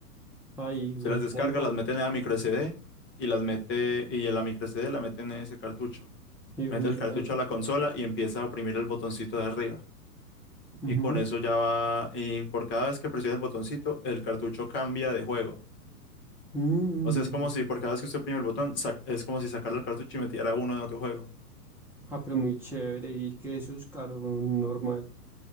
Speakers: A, in the centre; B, on the left.
A: Ahí
B: Se
A: funciona
B: las descarga,
A: igual.
B: las mete en la micro SD y las mete, y en la micro SD la mete en ese cartucho.
A: Y
B: Mete
A: funciona
B: el cartucho
A: igual.
B: a la consola y empieza a oprimir el botoncito de arriba.
A: Ujú.
B: Y con eso ya va, y por cada vez que presiona el botoncito, el cartucho cambia de juego.
A: Mm,
B: O sea, es como si por cada vez que usted oprime el botón, sac- es como si sacara el cartucho y metiera uno de otro juego.
A: Ah, pero muy chévere y que eso es caro, normal.